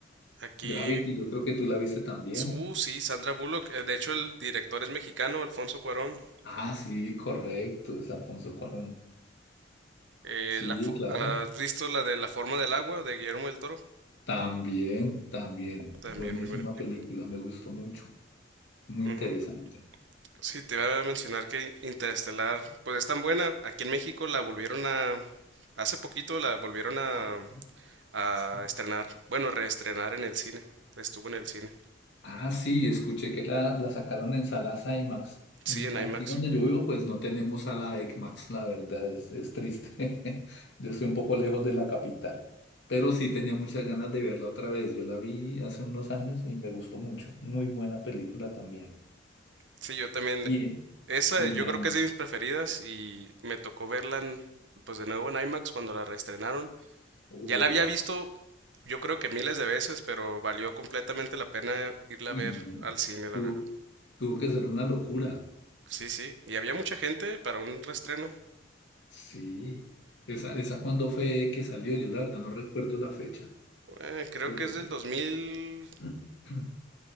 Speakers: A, on the right; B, on the left.
A: Aquí,
B: Gravity, yo creo que tú la viste también.
A: uh, sí, Sandra Bullock, eh, de hecho el director es mexicano, Alfonso Cuarón.
B: Ah, sí, correcto, es Alfonso Cuarón.
A: Eh,
B: Sí,
A: la fo-
B: claro.
A: ¿has visto la de La forma del agua de Guillermo del Toro?
B: También, también.
A: También
B: Buenísima
A: muy buena película.
B: película, me gustó mucho. Muy
A: Ujú.
B: interesante.
A: Sí, te iba a mencionar que Interestelar, pues es tan buena. Aquí en México la volvieron a... Hace poquito la volvieron a,
B: Ah,
A: a
B: sí.
A: estrenar. Bueno, reestrenar en el cine. Estuvo en el cine.
B: Ah, sí, escuché que la, la sacaron en salas IMAX. Mm,
A: Sí, en
B: Aquí
A: IMAX.
B: donde yo vivo, pues no tenemos sala IMAX, la verdad, es, es triste. <laughs> Yo estoy un poco lejos de la capital, pero sí tenía muchas ganas de verla otra vez. Yo la vi hace unos años y me gustó mucho. Muy buena película también.
A: Sí, yo también.
B: Y, en-
A: Esa
B: y en
A: yo
B: IMAX.
A: creo que es de mis preferidas y me tocó verla en- pues de nuevo en IMAX cuando la reestrenaron.
B: Uh,
A: Ya la había visto yo creo que miles de veces, pero valió completamente la pena irla
B: uy,
A: a ver al cine, la
B: tuvo,
A: verdad.
B: tuvo que ser una locura.
A: Sí, sí. Y había mucha gente para un reestreno.
B: Sí. ¿Esa, esa cuándo fue que salió? Yo la verdad no recuerdo la fecha,
A: Eh, creo
B: pero
A: que es
B: sí.
A: del 2015
B: <clears throat>